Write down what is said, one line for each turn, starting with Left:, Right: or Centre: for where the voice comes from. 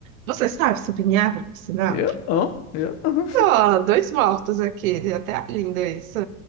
Right: Você sabe subir em árvore, por sinal?
Left: Eu não, eu não.
Right: Ó, dois mortos aqui, até lindo isso.